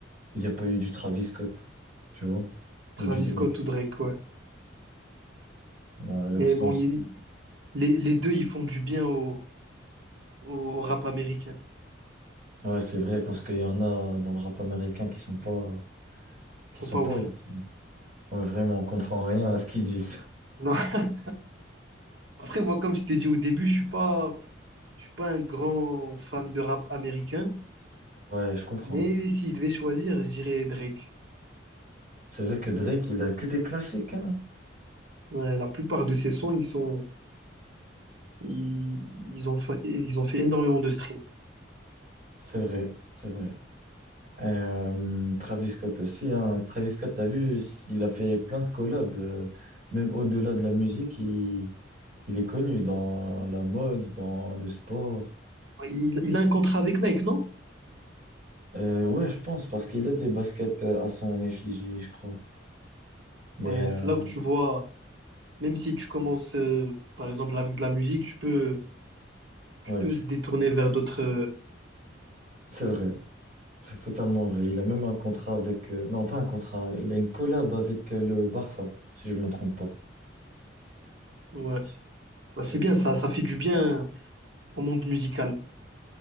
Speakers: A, on the right (about 45°); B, on the right (about 75°).
A: il y a pas eu du Travis Scott, tu vois,
B: Travis
A: ou du Drake.
B: Scott ou Drake, ouais.
A: Là, leur
B: Mais
A: son,
B: bon,
A: ils sont-
B: ils- les, les deux, ils font du bien au, au rap américain.
A: Ouais, c'est vrai, parce qu'il y en a dans le rap américain qui sont pas, qui
B: Ils sont
A: sont
B: pas
A: pas
B: ouf.
A: ouf. Ouais, vraiment, on comprend rien à ce qu'ils disent.
B: Non. <laughs> Après, moi, comme je t'ai dit au début, je suis pas, je suis pas un grand fan de rap américain.
A: Ouais, je comprends.
B: Mais si je devais choisir, je dirais Drake.
A: C'est vrai que Drake, il a que des classiques, hein.
B: Ouais, la plupart de ses sons, ils sont Ils, ils ont fait, ils ont fait énormément de streams.
A: C'est vrai, c'est vrai. Euh, Travis Scott aussi, hein. Travis Scott, t'as vu, il a fait plein de collabs, euh, même au-delà de la musique, il, il est connu dans la mode, dans le sport.
B: Ouais, Il, il a un contrat avec Nike, non?
A: Euh, ouais, je pense, parce qu'il a des baskets euh, à son effigie, je crois. Mais
B: Ouais,
A: euh,
B: c'est là que tu vois, même si tu commences, euh, par exemple, avec de la musique, tu peux, tu
A: ouais,
B: peux
A: tu...
B: détourner vers d'autres. euh,
A: c'est vrai, c'est totalement vrai. Il a même un contrat avec... euh, Non, pas un contrat, il a une collab avec euh, le Barça, si je me trompe pas.
B: ouais,
A: Je
B: Bah,
A: je
B: c'est
A: sais pas
B: bien,
A: si...
B: ça, ça fait du bien au monde musical.